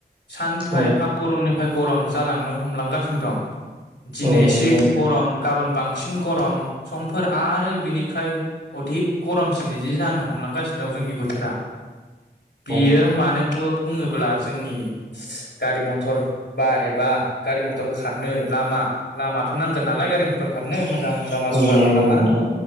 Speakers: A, on the left; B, on the right.
A: सानफा
B: औ
A: एफा गरमनि निफ्राय गरम जालांनो हमलांगासिनो दं । दिनै
B: औ नंगौ
A: एसे
B: नोंथां
A: गरम गाबोन बांसिन गरम समफोर आरो बिनिफ्राय अधिक गरमसिन बिदि जानो हमलांगासिनो दं जोंनि बोथोरा । बियो
B: औ
A: मानो बु बुङोब्ला जोंनि गारि मटर बा एबा गारि मथर खारनो लामा लामाथ' नांगोन नालाय गारि मटर खारनो। मोजां लामा
B: औ
A: गुवार
B: नांगौ
A: लामा
B: नोंथां